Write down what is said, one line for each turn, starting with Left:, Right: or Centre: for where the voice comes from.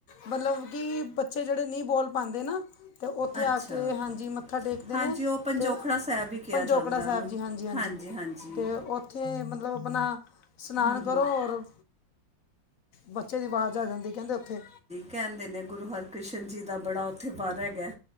Left: ਮਲਬ ਕਿ ਬੱਚੇ ਜੇੜੇ ਨਈ ਬੋਲ ਪਾਦੇ ਨਾ ਤੇ ਉੱਥੇ
Centre: ਅੱਛਾ
Left: ਆ ਕੇ ਹਾਂਜੀ ਮੱਥਾ ਟੇਕਦੇ
Centre: ਹਾਂਜੀ
Left: ਨੇ।
Centre: ਉਹ ਪੰਜੋਖੜਾ
Left: ਤੇ ਓ,
Centre: ਸਾਹਿਬ ਹੀ ਕਿਹਾ
Left: ਪੰਜੋਕੜਾ
Centre: ਜਾਂਦਾ
Left: ਸਾਹਿਬ
Centre: ਉਹਨੂੰ
Left: ਜੀ ਹਾਂਜੀ-ਹਾਂਜੀ
Centre: ਹਾਂਜੀ ਹਾਂਜੀ
Left: ਤੇ ਉੱਥੇ ਮਤਲਬ ਆਪਨਾ, ਸਨਾਨ
Centre: ਹੂੰ
Left: ਕਰੋ
Centre: ਹੂੰ
Left: ਹੋਰ ਬੱਚੇ ਦੀ ਵਾਜ਼ ਆ ਜਾਂਦੀ ਕੈਂਦੇ ਓਥੇ।
Centre: ਕੈਦੇ ਨੇ ਗੁਰੂ ਹਰਿਕ੍ਰਿਸ਼ਨ ਜੀ ਦਾ ਬੜਾ ਉੱਥੇ ਵਰ ਹੈਗਾ